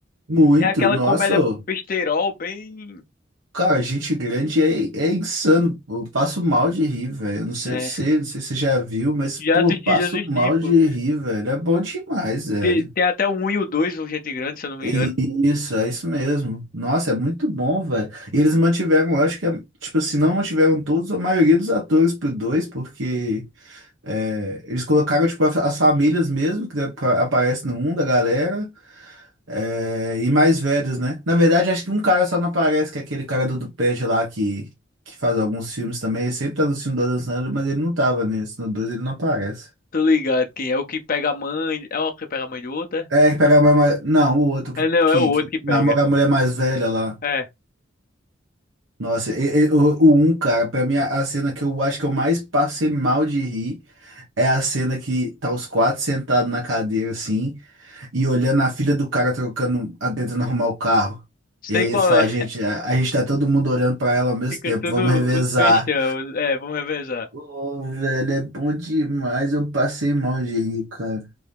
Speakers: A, on the right; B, on the left.
A: Muito,
B: É aquela
A: nossa.
B: comédia
A: ô.
B: besteirol, bem.
A: Cara, gente grande é, é insano. Eu passo mal de rir, velho. Eu Não sei
B: É,
A: você, não sei se você já viu, mas,
B: já
A: pô,
B: assisti,
A: eu passo
B: já assisti,
A: mal de
B: pô.
A: rir, velho. É bom demais, velho.
B: Tem, tem até o 1 e o 2 o Gente Grande, se eu não me
A: E-
B: engano.
A: e Isso, é isso mesmo. Nossa, é muito bom, velho. E Eles mantiveram, eu acho que, é- tipo, se não mantiveram todos, a maioria dos atores pro dois, porque é, eles colocaram, tipo, a- as famílias mesmo, que né, pra- aparece no um da galera. É, e mais velhos, né? Na verdade, acho que um cara só não aparece, que é aquele cara do Duped lá que, que faz alguns filmes também. Ele sempre tá no filme da Dan Sandler, mas ele não tava nesse. No dois ele não aparece.
B: Tô ligado, quem é o que pega a mãe. É o que pega a mãe do outro, é?
A: É, que pega a mulher mais... Não, o outro que,
B: É, não,
A: que,
B: é o outro
A: que
B: que pega.
A: namora a mulher mais velha lá.
B: É,
A: Nossa, e- e- o, o um, cara, pra mim, a, a cena que eu acho que eu mais passei mal de rir é a cena que tá os quatro sentados na cadeira, assim. E olhando a filha do cara trocando, a- tentando arrumar o carro.
B: sei
A: E aí
B: qual
A: eles falam,
B: é.
A: gente, a, a gente tá todo mundo olhando pra ela ao mesmo
B: Fica
A: tempo,
B: tudo
A: vamos revezar.
B: os bestão. É, vamos revezar.
A: Ô, velho, é bom demais, eu passei mal de rir, cara.